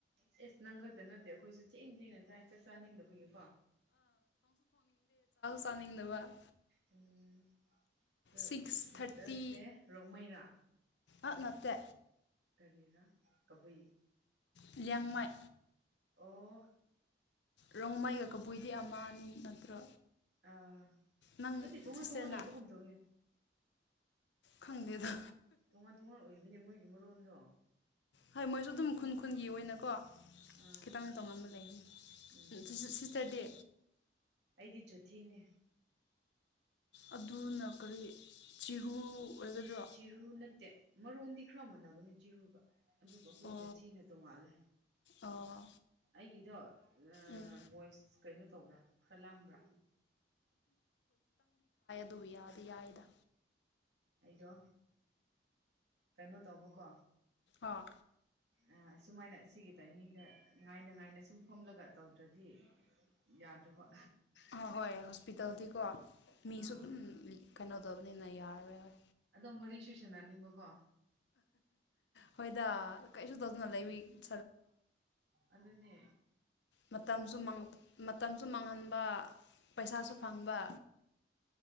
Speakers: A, on the right (about 70°); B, on the left (about 75°).
A: ꯑꯦꯁ ꯅꯪ ꯈꯛꯇ ꯅꯠꯇꯦ ꯑꯩꯈꯣꯏꯁꯨ ꯊꯦꯡ ꯊꯦꯡꯅ ꯆꯥ ꯆꯥꯛ ꯆꯥꯅꯤꯡꯗꯕꯒꯤꯀꯣ
B: ꯆꯅꯤꯡꯗꯕ
A: ꯎꯝ ꯑꯗꯣ
B: ꯁꯤꯛꯁ
A: ꯁꯤꯁꯇꯔꯁꯦ
B: ꯊꯥꯔꯇꯤ
A: ꯔꯣꯡꯃꯩꯔꯥ
B: ꯑ ꯅꯠꯇꯦ
A: ꯀꯔꯤꯔ ꯀꯕꯨꯏ
B: ꯂꯩꯌꯥꯡꯃꯩ
A: ꯑꯣ
B: ꯔꯣꯡꯃꯩꯒ ꯀꯕꯨꯏꯗꯤ ꯑꯝꯍꯥꯅꯤ ꯅꯠꯇ꯭ꯔꯣ
A: ꯑꯥ
B: ꯅꯪ
A: ꯅꯠꯇꯦ ꯇꯣꯉꯥꯟ
B: ꯁꯤꯁꯇꯔꯅ
A: ꯇꯣꯉꯥꯟ ꯂꯩꯕꯒꯨꯝ ꯇꯧꯋꯦ
B: ꯈꯪꯗꯦꯗ
A: ꯇꯣꯉꯥꯟ ꯇꯣꯉꯥꯟ ꯑꯣꯏꯕꯅꯦ ꯃꯣꯏꯒꯤ ꯃꯔꯣꯟꯗꯣ
B: ꯍꯣꯏ ꯃꯣꯏꯁꯨ ꯑꯗꯨꯝ ꯈꯨꯟ ꯈꯨꯟꯒꯤ ꯑꯣꯏꯅꯀꯣ
A: ꯑꯥ
B: ꯈꯤꯇꯪ ꯇꯣꯉꯥꯟꯕ ꯂꯩꯌꯦ
A: ꯎꯝ
B: ꯁꯤꯁ ꯁꯤꯁꯇꯔꯗꯤ
A: ꯑꯩꯗꯤ ꯆꯨꯊꯤꯅꯦ
B: ꯑꯗꯨꯅ ꯀꯔꯤ ꯆꯤꯍꯨ ꯑꯣꯏꯒꯗ꯭ꯔꯣ
A: ꯆꯤꯔꯨ ꯅꯠꯇꯦ ꯃꯔꯣꯟꯗꯤ ꯈꯔ ꯃꯥꯟꯅꯕꯅꯦ ꯆꯤꯔꯨꯒ ꯑꯗꯨꯒ
B: ꯑꯣ
A: ꯑꯩꯈꯣꯏ ꯆꯨꯊꯤꯅ ꯇꯣꯡꯉꯥꯜꯂꯦ
B: ꯑꯣ
A: ꯑꯩꯒꯤꯗꯣ ꯑ
B: ꯎꯝ
A: ꯚꯣꯏꯁ ꯀꯩꯅꯣ ꯇꯧꯕ꯭ꯔꯥ ꯈꯔ ꯂꯥꯡꯕ꯭ꯔꯥ
B: ꯕꯨ ꯌꯥꯗꯤ ꯌꯥꯏꯗ
A: ꯑꯩꯗꯣ ꯀꯩꯅꯣ ꯇꯧꯕꯀꯣ
B: ꯑꯥ
A: ꯑ ꯑꯁꯨꯃꯥꯏꯅ ꯁꯤꯒꯤ ꯇꯥꯏꯃꯤꯡꯗ ꯉꯥꯏꯅ ꯉꯥꯏꯅ ꯁꯨꯝ ꯐꯝꯂꯒ ꯇꯧꯗ꯭ꯔꯗꯤ ꯌꯥꯗ꯭ꯔꯕ
B: ꯑ ꯍꯣꯏ ꯍꯣꯁꯄꯤꯇꯥꯜꯗꯤꯀꯣ ꯃꯤꯁꯨ
A: ꯑꯥ
B: ꯑꯗꯨꯝ ꯀꯩꯅꯣꯗꯣ ꯌꯥꯔꯔꯣꯏ
A: ꯑꯗꯨꯝ ꯋꯥꯔꯤ ꯁꯨ ꯁꯥꯅꯅꯤꯡꯕꯀꯣ
B: ꯍꯣꯏ ꯍꯣꯏꯗ <unintelligible>
A: ꯑꯗꯨꯅꯦ
B: ꯃꯇꯝꯁꯨ ꯃꯪ ꯃꯇꯝꯁꯨ ꯃꯥꯡꯍꯟꯕ ꯄꯩꯁꯥꯁꯨ ꯐꯪꯕ